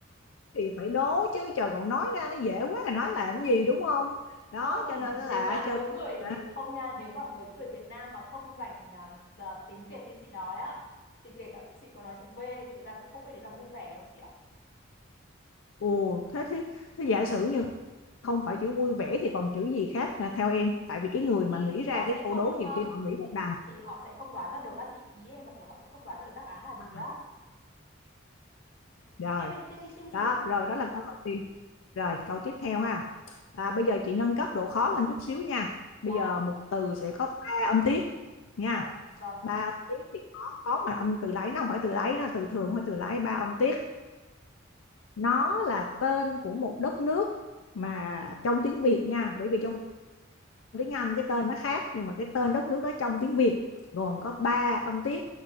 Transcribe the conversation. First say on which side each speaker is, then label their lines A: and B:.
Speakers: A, on the left; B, on the left.
A: thì phải đố chứ trời còn nói ra nó dễ quá à, nói làm gì đúng không đó
B: không
A: cho nên là
B: nếu mà
A: chơi
B: với người
A: hả
B: nếu không nha nếu mà với người Việt Nam mà không dành à, giờ tiếng Việt như chị nói á thì kể cả chị có nói chữ V thì người ta cũng không biết đấy là vui vẻ đâu chị ạ
A: ồ thế thế thế giả sử như không phải chữ vui vẻ thì còn chữ gì khác nè theo em tại vì cái
B: thì
A: người
B: thì
A: mà nghĩ
B: thì
A: ra
B: họ
A: cái
B: sẽ
A: câu
B: không
A: đố nhiều
B: ờ,
A: khi họ nghĩ một đằng
B: thì họ sẽ không đoán ra được các chị ý em mà kiểu họ sẽ không đoán ra được đáp án là gì
A: à,
B: á
A: rồi
B: tiếp đi tiếp đi tiếp đi
A: đó
B: chị ơi
A: rồi đó là câu đầu tiên rồi câu tiếp theo ha à, bây giờ chị nâng cấp độ khó lên chút xíu nha
B: dạ
A: bây giờ một từ sẽ có ba âm tiết nha
B: vâng vâng
A: ba âm tiết thì khó khó mà âm từ lấy nó không phải từ lấy nó là từ thường thôi từ lấy ba âm tiết nó là tên của một đất nước mà trong tiếng Việt nha bởi vì trong tiếng Anh cái tên nó khác nhưng mà cái tên đất nước đó trong tiếng Việt gồm có ba âm tiết